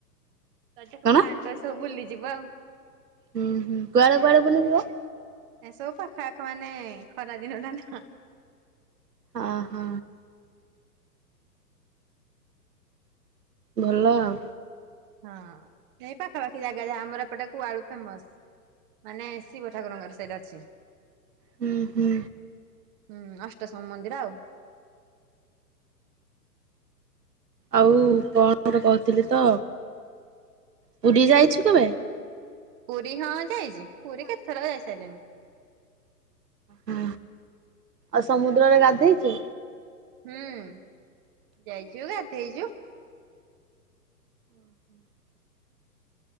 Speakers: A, on the right; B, on the right.
A: ରଜକୁ
B: କଣ?
A: ପ୍ଲାନ କରିଚୁ ସବୁ ବୁଲିଯିବୁ ଆଉ।
B: ହୁଁ -ହୁଁ କୁଆଡେ କୁଆଡେ ବୁଲିଯିବ?
A: ଏ ସବୁ ପାଖ ଆଖ ମାନେ ଖରା ଦିନ ଟା ନା
B: ଓ ହ। ଭଲ ଆଉ।
A: ହଁ ଏଇ ପାଖାପାଖି ଜାଗା ଯାହା ଆମର ଏପଟେ କୁଆଳୁ ଫେମସ୍। ମାନେ ଶିବ ଠାକୁରଙ୍କର ସେଇଠି ଅଛି।
B: ହୁଁ -ହୁଁ।
A: ହୁଁ ଅଷ୍ଟଶମ୍ଭୁ ମନ୍ଦିର ଆଉ।
B: ଆଉ କଣ ଗୋଟେ କହୁଥିଲି ତ ପୁରୀ ଯାଇଛୁ କେବେ?
A: ପୁରୀ ହଁ ଯାଇଚି ପୁରୀ କେତେଥର ଯାଇସାରିଲିଣି।
B: ହୁଁ ଆଉ ସମୁଦ୍ରରେ ଗାଧେଇଚୁ?
A: ହୁଁ ଯାଇଚୁ ଗାଧେଇଚୁ।
B: <inaudible>